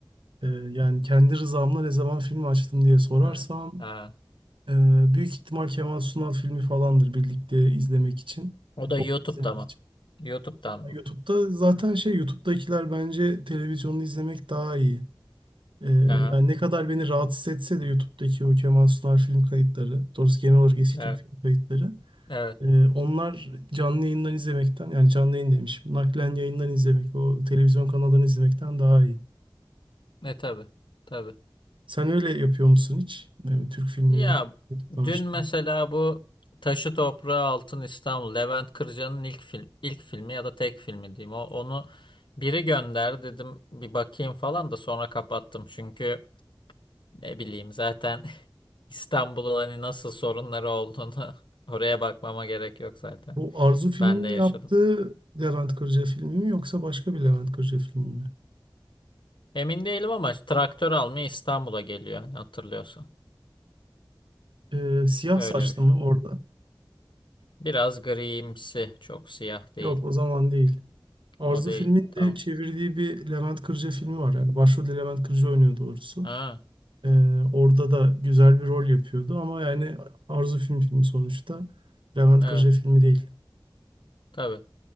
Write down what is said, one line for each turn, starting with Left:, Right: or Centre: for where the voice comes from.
Right: Ee, yani kendi rızamla ne zaman film açtım diye sorarsam
Left: Evet. Ha.
Right: e, büyük ihtimal Kemal Sunal filmi falandır birlikte izlemek için.
Left: O
Right: E,
Left: da
Right: Toplu
Left: YouTube'da
Right: izlemek
Left: mı?
Right: için.
Left: YouTube'dan mı?
Right: Yani YouTube'da zaten şey YouTube'dakiler bence televizyonda izlemek daha iyi. Ee,
Left: Aha.
Right: yani ne kadar beni rahatsız etse de YouTube'daki o Kemal Sunal film kayıtları, doğrusu genel olarak eski
Left: Evet.
Right: Türk film kayıtları
Left: Evet.
Right: Ee, onlar canlı yayından izlemekten yani canlı yayın demişim. Naklen yayından izlemek o televizyon kanalından izlemekten daha iyi.
Left: Ne tabii. Tabii.
Right: Sen öyle yapıyor musun hiç? Yani Türk filmini
Left: Ya
Right: YouTube'dan
Left: dün
Right: açma.
Left: mesela bu Taşı Toprağı Altın İstanbul Levent Kırca'nın ilk film ilk filmi ya da tek filmi diyeyim. O onu biri gönder dedim bir bakayım falan da sonra kapattım. Çünkü ne bileyim zaten <laughs> İstanbul'un hani nasıl sorunları olduğunu <laughs> oraya bakmama gerek yok zaten.
Right: Bu Arzu filmin
Left: Ben de
Right: yaptığı
Left: yaşadım.
Right: Levent Kırca filmi mi yoksa başka bir Levent Kırca filmi mi?
Left: Emin değilim ama işte traktör almaya İstanbul'a geliyor hani hatırlıyorsun.
Right: Ee, Siyah
Left: Öyle
Right: Saçlı
Left: bir film.
Right: mı orada?
Left: Biraz grimsi, çok siyah değil.
Right: Yok o zaman değil. Arzu
Left: O değil.
Right: filmin
Left: Tamam.
Right: de çevirdiği bir Levent Kırca filmi
Left: Evet.
Right: var. Yani başrolde Levent Kırca oynuyor doğrusu.
Left: Ha.
Right: Ee, orada da güzel bir rol yapıyordu ama yani Arzu film filmi sonuçta. Levent
Left: Evet.
Right: Kırca filmi değil.
Left: Tabii.